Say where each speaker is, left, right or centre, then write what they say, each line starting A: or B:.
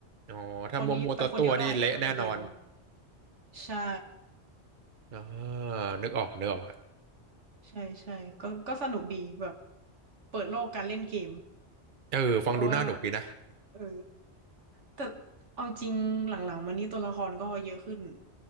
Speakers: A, on the right (about 45°); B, on the right (about 75°).
A: อ๋อถ้ามัวมัวตัวตัวนี่เละแน่นอน
B: คนนี้ไปคนเดียวได้ก็ไปคนเดียวใช่
A: อ่านึกออกนึกออก
B: ใช่ใช่ก็ก็สนุกดีแบบเปิดโลกการเล่นเกม
A: เออฟังดูน่าหนุกดีนะ
B: เพราะว่าเออ แต่เอาจริงหลังๆมานี้ตัวละครก็เยอะขึ้น